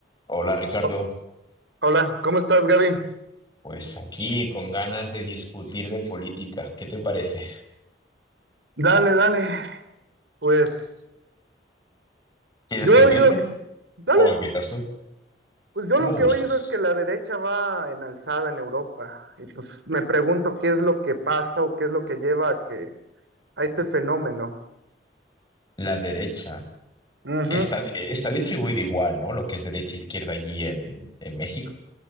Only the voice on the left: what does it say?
Hola Ricardo,
pues aquí con ganas de discutir de política. ¿Qué te parece?
¿Quieres
que
empiece?
¿O empiezas tú?
Como
gustes.
La derecha.
Está, está distribuido igual, ¿no? Lo que es derecha e izquierda allí en, en México.